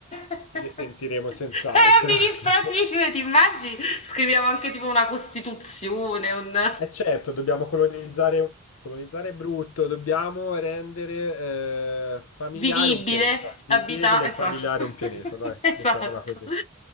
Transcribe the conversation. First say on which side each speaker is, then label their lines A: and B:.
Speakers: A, on the left; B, on the left.
A: <laughs>
B: ci risentiremo senz'altro.
A: E amministrative,
B: <laughs>
A: ti immagini? Scriviamo anche tipo una costituzione, un... <laughs>
B: E certo, dobbiamo colonizzare, colonizzare è brutto, dobbiamo rendere eh, familiare
A: Vivibile,
B: un pianeta, vivibile
A: abita esa
B: e familiare
A: <laughs>
B: un pianeta, dai,
A: esatto.
B: mettiamola così.